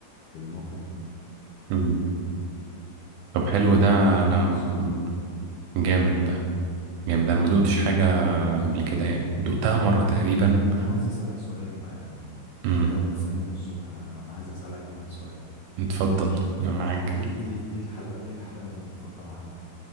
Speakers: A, on the left; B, on the right.
A: في المافن
B: مم. طب
A: المافن
B: حلو ده
A: اللي هي الكب
B: انا
A: كيك
B: مم.
A: الصغيرة
B: جامد ده جامد ده انا ما دقتش حاجة قبل كده يعني دقتها مرة تقريبا
A: طب انا عايز اسألك سؤال بقى يا عم
B: امم
A: عشان انت قاعد بتسألني من الصبح انا انا عايز اسألك يا عم سؤال
B: اتفضل
A: انت
B: انا معاك
A: ايه ايه ايه الحلوى ايه الحلويات المفضلة عندك